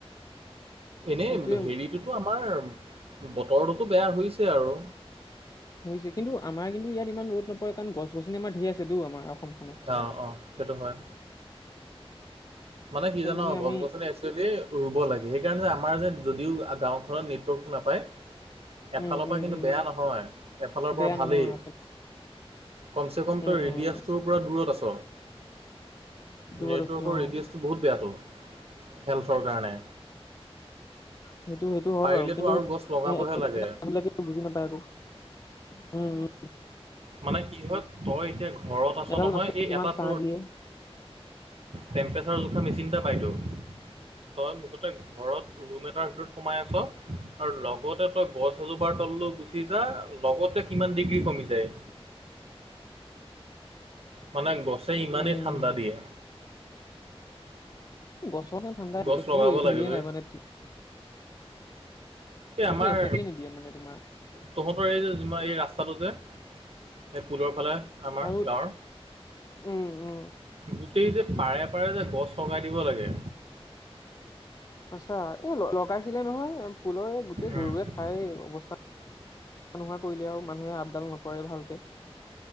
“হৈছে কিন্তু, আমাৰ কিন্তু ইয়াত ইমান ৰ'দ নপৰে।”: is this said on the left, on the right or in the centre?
Left